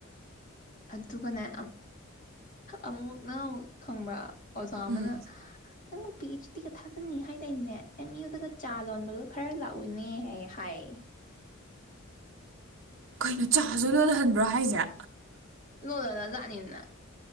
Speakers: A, on the left; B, on the right.
A: ꯑꯗꯨꯒꯅꯦ ꯑꯃꯨꯛꯅ ꯑꯃꯨꯛ ꯈꯪꯕ ꯑꯣꯖꯥ ꯑꯃꯅ
B: ꯎꯝ
A: ꯄꯤ ꯑꯩꯆ ꯗꯤꯒ ꯊꯥꯖꯟꯅꯤ ꯍꯥꯏ ꯇꯏꯅꯦ ꯑꯦꯝ ꯌꯨꯗꯒ ꯆꯥ ꯂꯣꯟꯕꯒ ꯈꯔ ꯂꯥꯛꯎꯏꯅꯦ ꯍꯥꯏ ꯍꯥꯏ
B: ꯀꯩꯅꯣ ꯆꯥꯁꯨ ꯂꯣꯜꯍꯟꯕ꯭ꯔꯣ ꯍꯥꯏꯁꯦ
A: ꯅꯣꯂꯅꯥ ꯂꯛꯅꯤ ꯅ